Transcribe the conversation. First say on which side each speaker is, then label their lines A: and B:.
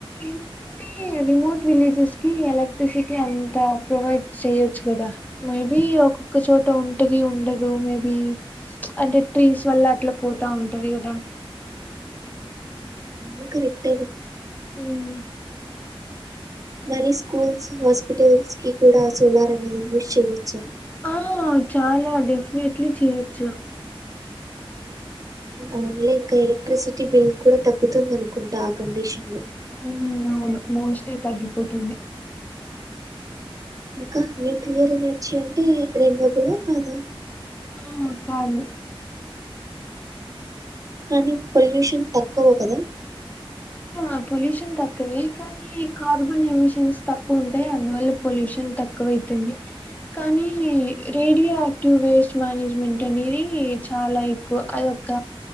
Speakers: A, on the left; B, on the right.
A: ఎ అ రిమోట్ విలేజెస్ కి ఎలక్ట్రిసిటీ అంత ప్రొవైడ్ చెయొచ్చు కదా మేబి ఒక్కొక్క చోట ఉంటది ఉండదు మేబి అంటే ట్రీస్ వల్ల అట్లా పోతా ఉంటది కదా
B: ఇంకా రేపటి
A: హ్మ్.
B: మరి స్కూల్స్ హాస్పిటల్స్ కి కూడా సోలార్ అనేది యూజ్ చేయవచ్చు
A: ఆ చాలా డెఫినెట్లీ చేయొచ్చు
B: ఓన్లీ ఇంకా ఎలక్ట్రిసిటీ బిల్ కూడా తగ్గుతుంది అనుకుంటా ఆ కండిషన్ లో
A: అవును మోస్ట్లీ తగ్గిపోతుంది
B: ఇంకా న్యూక్లియర్ ఎనర్జీ అంటే రెన్యుబు ల్ కాదా
A: ఆ కాదు
B: కానీ పొల్యూషన్ తక్కువ కదా
A: ఆ పొల్యూషన్ తక్కువే కాని ఈ కార్బన్ ఎమిషన్స్ తక్కువ ఉంటాయి అందువల్ల పొల్యూషన్ తక్కువ అయితుంది కానీ రేడియో ఆయాక్టివ్ వేస్ట్ మేనేజ్మెంట్ అనేది చాలా ఎక్కువ అ ఒక